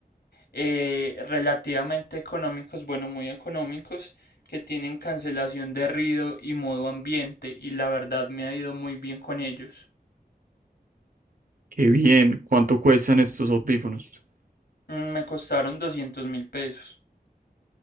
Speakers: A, on the left; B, on the right.
A: eh, relativamente económicos, bueno, muy económicos, que tienen cancelación de ruido y modo ambiente, y la verdad me ha ido muy bien con ellos.
B: Qué bien, ¿cuánto cuestan estos audífonos?
A: Mm, Me costaron doscientos mil pesos.